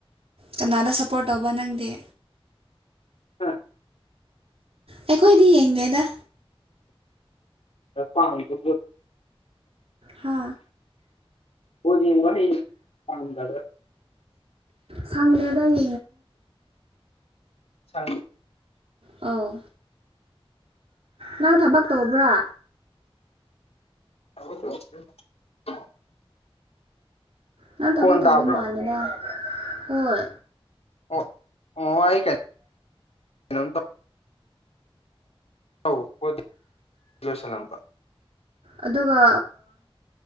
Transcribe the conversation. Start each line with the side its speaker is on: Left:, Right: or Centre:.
Right: ꯀꯅꯥꯗ ꯁꯞꯄꯣꯔꯠ ꯇꯧꯕ ꯅꯪꯗꯦ
Left: ꯑ
Right: ꯑꯩꯈꯣꯏꯗꯤ ꯌꯦꯡꯗꯦꯗ
Left: ꯄꯒꯗ
Right: ꯍꯥ
Left: ꯑꯣꯗꯤ ꯋꯥ ꯀꯝꯗ
Right: ꯁꯂꯗꯥꯏ
Left: ꯆ
Right: ꯑ ꯅꯪ ꯊꯕꯛ ꯇꯧꯕ꯭ꯔꯥ
Left: <unintelligible>
Right: ꯅꯪ ꯊꯕꯛ
Left: ꯈꯣꯟ
Right: ꯇꯧꯕ
Left: ꯇꯥꯕ꯭ꯔꯣ
Right: ꯃꯥꯜꯂꯦꯗ ꯍꯣꯏ
Left: ꯑꯣ ꯑꯣ ꯑꯩ ꯀꯩꯅ ꯑꯂꯝ
Right: ꯑꯗꯨꯒ